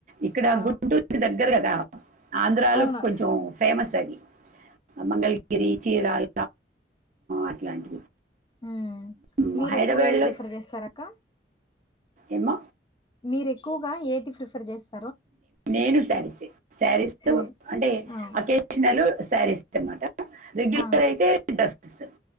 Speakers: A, on the right; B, on the left.
A: ఇక్కడ
B: ఆ
A: గుంటూర్కి దగ్గర కదా ఆంధ్రాలో
B: అవును ఆంధ్రాలో
A: కొంచెం ఫేమస్ అవి ఆ మంగళగిరి చీరాల అట్లాంటివి
B: ఉమ్
A: మ్మ్,
B: మీరు
A: హైదరాబాద్లో
B: ఎక్కువ ఏ ప్రిఫర్ చేస్తార అక్క
A: ఏమ్మ
B: మీరు ఎక్కుగా ఏది ప్రిఫర్ చేస్త
A: నేను శారీసె శారీస్
B: అవును
A: అంటే
B: ఆ ఉంటే
A: అకేషనల్ శారీస్ అనమాట రెగ్యులర్
B: ఆ
A: అయితే డ్రెసెస్